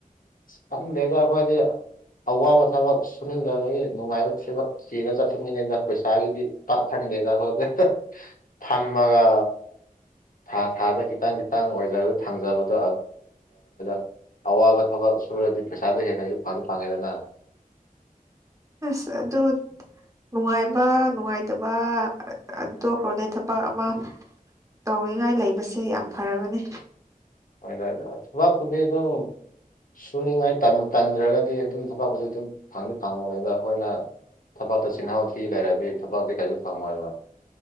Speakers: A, on the left (about 65°); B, on the right (about 20°).
A: ꯈꯪꯗꯦꯗ ꯈꯣꯏꯗꯤ ꯑꯋꯥꯕ ꯊꯕꯛ ꯁꯨꯅꯤꯡꯗꯕꯒꯤ ꯅꯨꯡꯉꯥꯏꯕ ꯊꯤꯕꯛ ꯊꯤꯔꯒ ꯆꯠꯄ ꯃꯤꯅꯤꯅ ꯄꯩꯁꯥꯒꯤꯗꯤ ꯄꯛ ꯈꯟꯗꯦꯗꯥ <unintelligible> ꯐꯝꯃꯒꯥ ꯊꯥ ꯊꯥꯗ ꯈꯤꯇꯪ ꯈꯤꯇꯪ ꯑꯣꯏꯖꯔꯒ ꯊꯪꯖꯕꯗꯣ <unintelligible> ꯑꯋꯥꯕ ꯊꯕꯛ ꯁꯨꯔꯗꯤ ꯄꯩꯁꯥꯗꯣ ꯍꯦꯟꯅ ꯑꯩ ꯐꯪꯗꯤ ꯐꯪꯉꯦꯗꯅ
B: ꯑꯁ ꯑꯗꯨ ꯅꯨꯡꯉꯥꯏꯕ ꯅꯨꯡꯉꯥꯏꯇꯕ ꯑꯗꯨ ꯇꯣꯛꯈ꯭ꯔꯣꯅꯦ ꯊꯕꯛ ꯑꯃ ꯇꯧꯅꯤꯡꯉꯥꯏ ꯂꯩꯕꯁꯦ ꯌꯥꯝ ꯐꯔꯕꯅꯤ
A: <unintelligible> ꯊꯕꯛꯄꯨꯗꯤ ꯑꯗꯨꯝ ꯁꯨꯅꯤꯡꯉꯥꯏ ꯇꯟꯕꯨ ꯇꯟꯗ꯭ꯔꯒꯗꯤ ꯑꯗꯨꯝ ꯊꯥꯕꯛꯄꯨꯗꯤ ꯑꯗꯨꯝ ꯐꯪꯗꯤ ꯐꯪꯕꯅꯤꯗ ꯑꯩꯈꯣꯏꯅ ꯊꯕꯥꯛꯇ ꯆꯤꯍꯥꯎ ꯊꯤ ꯂꯩꯔꯗꯤ ꯊꯕꯛꯇꯤ ꯀꯥꯏꯁꯨ ꯐꯪꯉꯣꯏꯕ